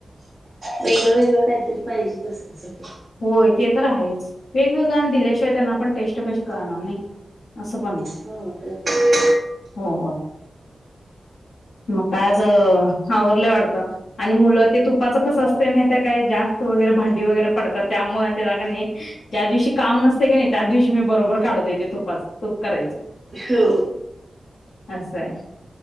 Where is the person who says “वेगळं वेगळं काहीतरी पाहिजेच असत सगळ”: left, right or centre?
Right